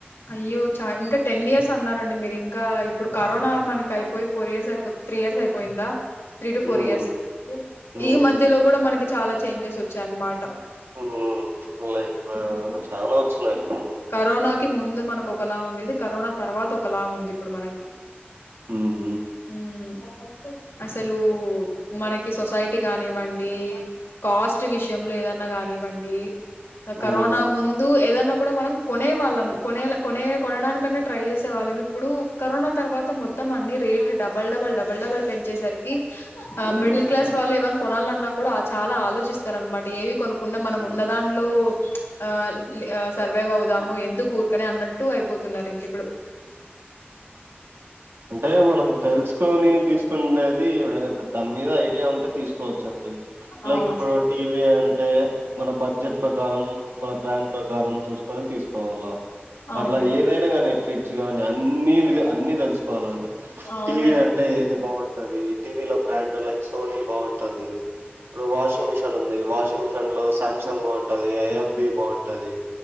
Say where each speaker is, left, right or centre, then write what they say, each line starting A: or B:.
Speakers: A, on the left (about 85°); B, on the right (about 85°).
A: అయ్యో చ ఇంక టెన్ ఇయర్స్ అన్నారండి మీరు ఇంకా ఇప్పుడు కరోనా మనకి అయిపోయి ఫోర్ ఇయర్స్ అయిపో త్రీ ఇయర్స్ అయిపోయిందా త్రీ టు ఫోర్
B: హ్మ్.
A: ఇయర్స్
B: హ్మ్.
A: ఈ మధ్యలో కూడా మనకి చాలా చేంజెస్ వచ్చాయన్నమాట
B: హమ్ లైక్ ఆ చాలా సున్నయి
A: కరోనాకి ముందు మనం క్కొక్కలా ఉండేది కరోనా తర్వాత ఒకలాగ ఉంది ఇప్పుడు మనకి
B: హ్మ్.
A: హమ్ అసలు మనకి సొసైటీ కానివ్వండి కాస్ట్ విషయంలో ఏదన్న కానివ్వండి
B: హ్మ్.
A: కరోనా ముందు ఏదన్న కూడ మనం కొనే వాళ్ళం కొనే కొనే కొనడానికన్నా ట్రై చేసే వాళ్ళం ఇప్పుడు కరోనా తర్వాత మొత్తం అన్ని rate double double double double పెంచేసరికి ఆ
B: హ్మ్.
A: మిడిల్
B: హ్మ్.
A: క్లాస్ వాళ్ళు ఏవన్నా కొనాలన్నా కూడా చాలా ఆలోచిస్త స్తార అనమాట ఏవి కొనకుండా మనం
B: హ్మ్.
A: ఉన్న దాంట్లో ఆ సర్వేవవుద్ దము ఎందుకు ఊరకనే అన్నట్టు అయిపోతున్నారు ఇంక ఇప్పుడు
B: అంటే మనం తెలుసుకొని తీసుకు తున్నది దని మీద ఐడియా ఉంటే తీసుకోవచ్చండి లైక్
A: అవును
B: ఇప్పుడు టీవీ అంటే మన బడ్జెట్ ప్రకారం మన బ్రాండ్ ప్రకారం చూసుకొని తీసుకోవల్ల
A: అవునండి
B: అట్లా ఏదైన గానీ గాని అన్ని వి అన్ని తెలుసు పోవాలండి
A: అవునండి
B: టీవీ అంటే ఏది బాగుంట ది టీవీలో బ్రాండ్ల అయితే సోనీ బాగుంటది ఇప్పుడు వాషింగ్ మిషన్ ఉంది వాషింగ్ మిషన్ లో సామ్సంగ్ బాగుంటది ఐఎఫ్ బేబాం ఉంటది